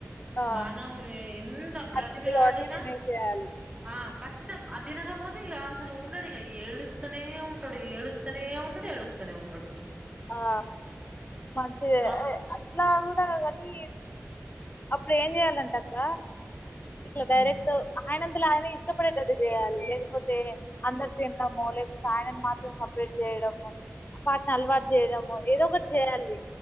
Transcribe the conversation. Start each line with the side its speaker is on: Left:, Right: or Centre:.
Left: ఆ,
Right: మనం ఎంత బ్రాతిమిలాడినా
Left: నచ్చింది కాబట్టి తినేసేయాలి
Right: ఆ ఖచ్చితం అది తినకపోతే ఇక అసలు ఉండడు ఇక ఏడుస్తూనే ఉంటాడు ఏడుస్తూనే ఉంటాడు ఏడుస్తూనే ఉంటాడు
Left: ఆ మంచిదె
Right: వా
Left: అట్లా కూడా కానీ అప్పుడు ఏం చెయాలంటక్క ఇట్ల
Right: హ్మ్
Left: డైరెక్ట్ ఆయన అంతల ఆయనే ఇష్టపడేటట్టు చేయాలి, లేకపోతే అందరు తినడమో లేకపోతే, ఆయనను మాత్రం సపరేట్ చేయడము, వాటిని అలవాటు చేయడము ఏదో ఒకటి చేయాలి